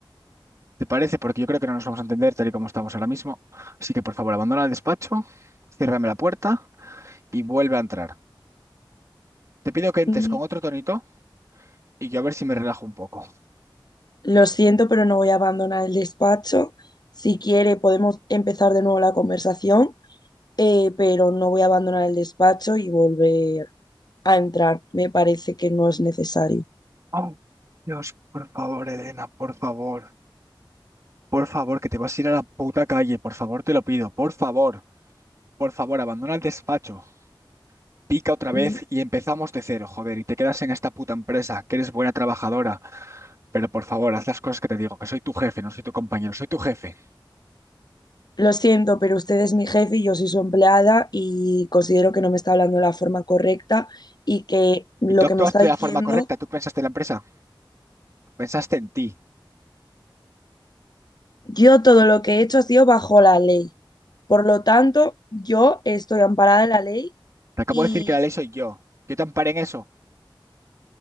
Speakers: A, on the right; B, on the left.
A: ¿Te parece? Porque yo creo que no nos vamos a entender tal y como estamos ahora mismo. Así que, por favor, abandona el despacho, ciérrame la puerta y vuelve a entrar. Te pido que entres
B: Mm,
A: con otro tonito y yo a ver si me relajo un poco.
B: Lo siento, pero no voy a abandonar el despacho. Si quiere, podemos empezar de nuevo la conversación eh, pero no voy a abandonar el despacho y volver a entrar. Me parece que no es necesario.
A: Oh, Dios, por favor, Elena, por favor. Por favor, que te vas a ir a la puta calle, por favor, te lo pido, por favor, por favor, abandona el despacho, pica otra vez
B: Mm,
A: y empezamos de cero, joder, y te quedas en esta puta empresa, que eres buena trabajadora, pero por favor, haz las cosas que te digo, que soy tu jefe, no soy tu compañero, soy tu jefe.
B: Lo siento, pero usted es mi jefe y yo soy su empleada y considero que no me está hablando de la forma correcta y que lo
A: Y tú actuaste
B: que me está diciendo,
A: de la forma correcta, tú pensaste en la empresa, pensaste en ti.
B: yo todo lo que he hecho ha sido bajo la ley. Por lo tanto, yo estoy amparada en la ley
A: Te acabo
B: y
A: de decir que la ley soy yo, yo te amparé en eso.